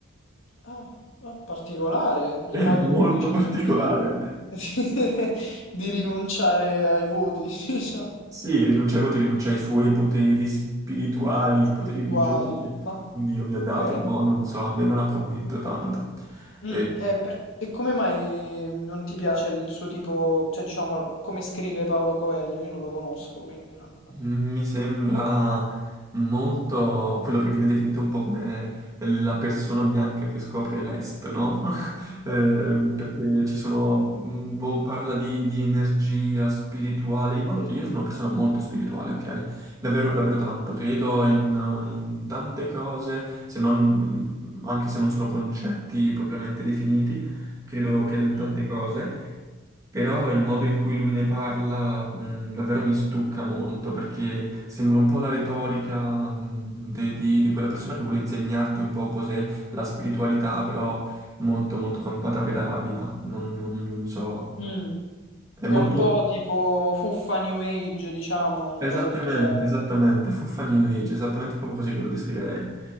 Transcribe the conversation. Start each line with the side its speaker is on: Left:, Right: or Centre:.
Left: Ah, ah, particolare
Right: <laughs>
Left: il
Right: È
Left: modo
Right: molto
Left: in cui decide
Right: particolare.
Left: di, <laughs> di rinunciare ai voti, <laughs> diciamo,
Right: Sì, rinunciai ai poteri, rinunciai ai suoi poteri spirituali, i
Left: spirituali.
Right: poteri religiosi che
Left: Ma
Right: Dio mi ha dato,
Left: ok.
Right: boh, non so, a me non ha convinto tanto.
Left: Mm,
Right: Eh,
Left: e, per- e come mai non ti piace il suo tipo, cioè diciamo, come scrive Paolo Coelho? Io non lo conosco, quindi non...
Right: Mi sembra molto quello che viene definito un po' come la persona bianca che scopre l'est, no? <laughs> Eh, perché ci sono, mh, boh, parla di, di energia spirituale, in modo che io sono una persona molto spirituale, ok? Davvero, davvero tanto, credo in, in tante cose, se non, mm, anche se non sono concetti propriamente definiti, credo, credo in tante
Left: Mm,
Right: cose. Però il modo in cui lui ne parla, mh, davvero mi stucca molto perché sembra un po' la retorica, mh, de- di, di quella persona che vuole insegnarti un po' cos'è la spiritualità, però molto molto campata per aria. Non, non- non so.
Left: mm.
Right: È molto,
Left: È un po' tipo fuffa New Age, diciamo, una
Right: Esattamente,
Left: cosa del genere.
Right: esattamente, fuffa New Age, esattamente proprio così ve lo descriverei.